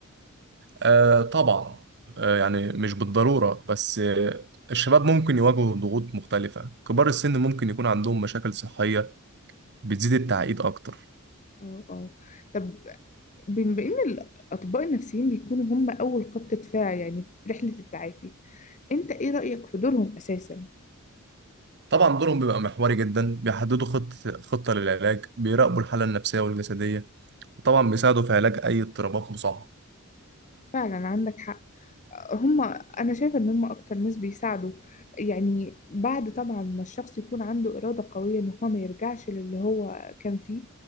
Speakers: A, on the right (about 55°); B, on the left (about 35°).
A: آه طبعا آه يعني مش بالضرورة بس آه الشباب ممكن يواجهوا ضغوط مختلفة كبار السن ممكن يكون عندهم مشاكل صحية بتزيد التعقيد أكتر
B: اه اه طب بما ان الاطباء النفسيين بيكونوا هم اول خط دفاع يعني في رحلة التعافي انت ايه رأيك في دورهم اساسا؟
A: طبعا دورهم بيبقى محوري جدا بيحددوا خطة خطة للعلاج بيراقبوا الحالة النفسية والجسدية وطبعا بيساعدوا في علاج أي اضطرابات مصاحبة
B: فعلا عندك حق هم انا شايفه ان هم اكتر ناس بيساعدوا يعني بعد طبعا ما الشخص يكون عنده اراده قويه ان هو ما يرجعش للي هو كان فيه